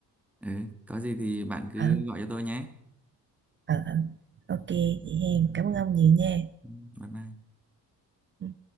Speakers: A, in the centre; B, on the right.
A: ừ, có gì thì bạn cứ
B: ờ
A: gọi cho tôi nhé
B: ờ ờ. ok vậy hen cảm ơn ông nhiều nha
A: Ừ, bye bye
B: Ừ.